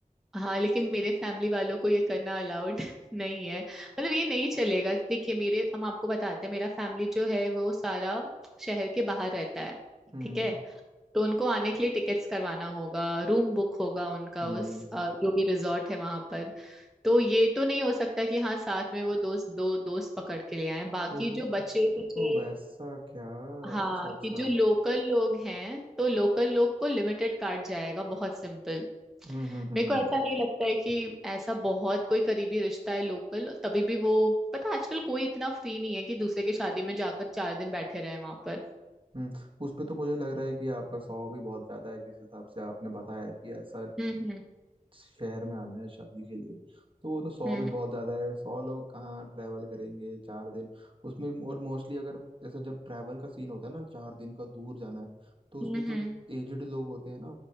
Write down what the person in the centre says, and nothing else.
हाँ लेकिन मेरे फैमिली वालों को ये करना अलाउड <laughs> नहीं है मतलब ये नहीं चलेगा देखिए मेरे हम आपको बताते हैं मेरा फैमिली जो है वो सारा शहर के बाहर रहता है
ठीक है तो उनको आने के लिए टिकट्स करवाना होगा रूम बुक होगा उनका
उस अ, जो भी रिजॉर्ट है वहां पर तो ये तो नहीं हो सकता कि हाँ साथ में वो दोस्त दो दोस्त पकड़ के ले आए बाकी
जो बचे कुचे
हाँ
कि जो लोकल लोग हैं तो लोकल लोग को लिमिटेड कार्ड जाएगा बहुत सिंपल
मेरे
को ऐसा नहीं लगता है कि ऐसा बहुत कोई करीबी रिश्ता है लोकल तभी भी वो पता है, आजकल कोई इतना फ्री नहीं है कि दूसरे की शादी में जाकर चार दिन बैठे रहे वहां पर
हम्म हम्म
हम्म
हम्म
हम्म